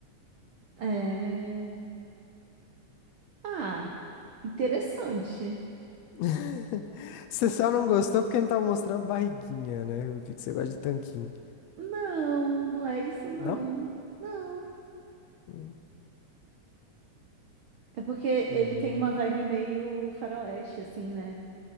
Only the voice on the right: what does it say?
é. Ah, interessante.
Não, não é isso, não.
Não.
É porque
ele tem
uma vibe meio faroeste, assim, né?